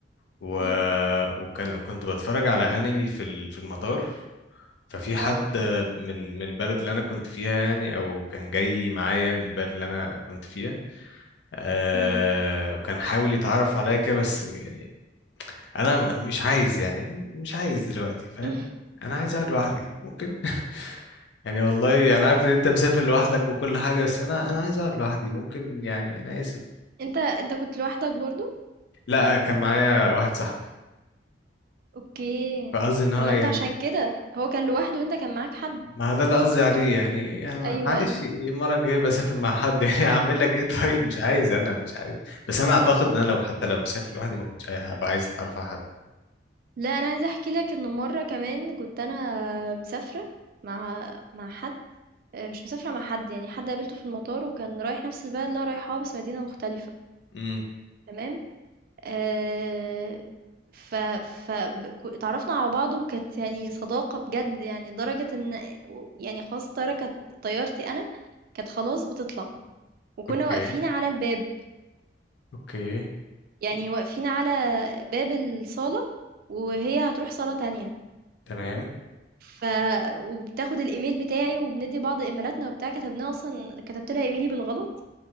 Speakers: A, on the left; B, on the right.
A: و...
B: امم
A: وكان كنت بتفرج على انمي في ال... في المطار ففي حد
B: اه
A: من من البلد اللي انا كنت فيها يعني او كان جاي معايا من البلد اللي انا كنت فيها آه
B: امم
A: وكان حاول يتعرف عليا كده بس يعني انا م- مش عايز يعني مش عايز دلوقتي فاهم
B: <laughs>
A: انا عايز اقعد لوحدي ممكن <laughs> يعني والله انا عارف ان انت مسافر لوحدك وكل حاجه بس انا انا عايز اقعد لوحدي ممكن يعني انا اسف
B: انت انت كنت لوحدك برضو
A: لا كان معايا واحد صاحبي
B: اوكي
A: فقصدي ان هو
B: طب ما
A: يعني
B: انت عشان كده هو كان لوحده وانت كان معاك حد
A: ما ده اللي قصدي عليه يعني, يعني مع-
B: ايوه
A: معلش
B: ايوه
A: المره الجايه بسافر مع حد <laughs> يعني اعمل لك ايه طيب مش عايز انا مش عايز بس انا اعتقد ان انا لو حتى لو مسافر لوحدي ما كنتش هبقى عايز اتعرف على حد
B: لا انا عايزه احكي لك انه مره كمان كنت انا مسافره مع مع حد آه، مش مسافره مع حد يعني حد قابلته في المطار وكان رايح نفس البلد اللي انا رايحاها بس مدينه مختلفه
A: امم
B: تمام آه... ف ف ب- كو- اتعرفنا على بعض وكانت يعني صداقه بجد يعني لدرجه ان يعني خلاص طياره كانت طيارتي انا كانت خلاص بتطلع وكنا
A: اوكي
B: واقفين على الباب
A: اوكي
B: يعني واقفين على باب الصالة وهي هتروح صالة تانية
A: تمام
B: ف وبتاخد الإيميل بتاعي وبندي بعض إيميلاتنا وبتاع كتبناها أصلا كتبت لها إيميلي بالغلط